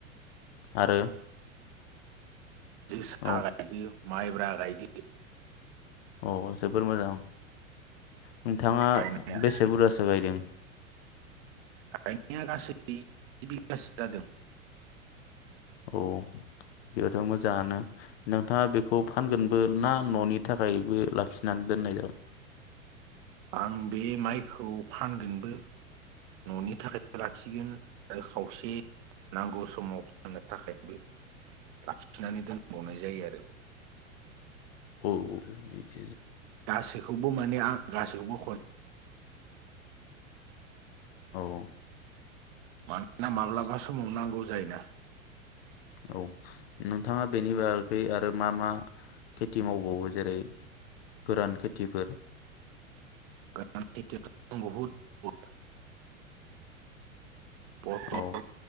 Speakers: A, on the left; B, on the right.
A: आरो
B: जोसा
A: औ
B: गायो, माइब्रा गायो।
A: औ जोबोर मोजां। नोंथाङा
B: गायनाया
A: बेसे बुरजासो गायदों?
B: गायनाया गासै ब्रै बिगासो जादों।
A: औ बिदिबाथ' मोजांङानो नोंथांङा बेखौ फानगोन ना न'नि थाखायबो लाखिनि दोननाय जागोन।
B: आं बे माइखौ फानगोनबो न'नि थाखायबो लाखिगोन आरो खावसे नांगौ समाव फाननो थाखायबो लाखिनानै दोनबावनाय जायो आरो।
A: औ औ।
B: गासैखौबो माने आं गासैखौबो <inaudible>
A: औ
B: मानोना माब्लाबा समाव नांगौ जायोना।
A: औ नोंथाङा बेनि बागै आरो मा मा खेथि मावबावो जेरै- गोरान खेथिफोर?
B: <unintelligible> फथल,
A: औ